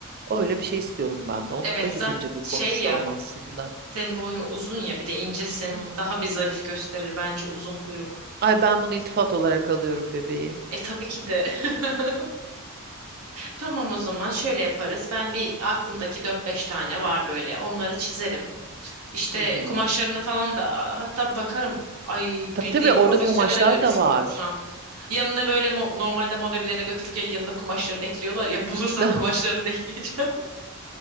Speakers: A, on the right; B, on the right.
A: Öyle bir şey istiyorum ben de. Onu
B: Evet
A: da gidince
B: zaten
A: bir konuşalım
B: şey ya
A: aslında.
B: senin boyun uzun ya bir de incesin.
A: Hmm.
B: Daha bir zarif gösterir bence uzun kuyruk.
A: Ay ben bunu iltifat olarak alıyorum bebeğim.
B: E tabii ki de. <laughs> Tamam o zaman şöyle yaparız. Ben bir aklımdaki dört beş tane var böyle. Onları çizerim. İşte
A: Hı hı.
B: kumaşlarına falan da hatta bakarım. Ay
A: Tabii
B: bildiğim
A: tabii orada
B: profesyonele
A: kumaşlar
B: dönüşüyorum
A: da var.
B: şu an. Yanına böyle mo- normalde modellerine götürürken yanına kumaşlarını ekliyorlar ya. <laughs> Bulursam
A: <laughs>
B: kumaşlarını da ekleyeceğim.